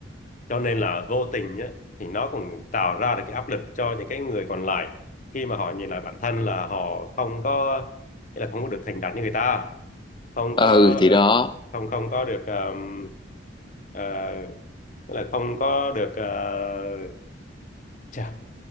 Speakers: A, on the left (about 40°); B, on the left (about 25°).
A: cho nên là vô tình nhá thì nó cũng tạo ra được cái áp lực cho những cái người còn lại khi mà họ nhìn lại bản thân là họ không có nghĩa là không có được thành đạt như người ta không
B: ừ
A: có
B: thì
A: ờ,
B: đó
A: không không có được ờm, ờ, nghĩa là không có được ờ, chà,